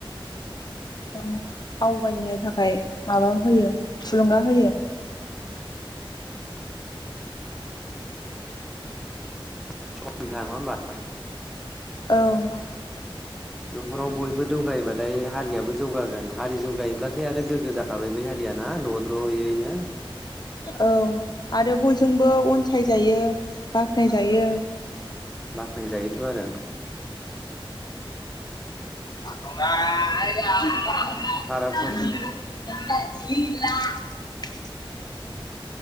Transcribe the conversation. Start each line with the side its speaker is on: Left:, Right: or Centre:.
Left: औ आवगायनो थाखाय माबा होयो थुलुंगा होयो।
Centre: <inaudible> नङा होनबा?
Left: औ
Centre: न'खराव बयबो दौगायोबाथाय हारियाबो जौगागोन हारि जौगायोब्लाथाय आरो गोग्गो जाखाबाय बै हारियाना द द्र'यैनो।
Left: औ आरो बयजोंबो अनसायजायो बा नायजायो।
Centre: बाख्नाय जायोथ' आरो।
Left: <unintelligible> <inaudible>
Centre: भाराफोर
Left: <unintelligible>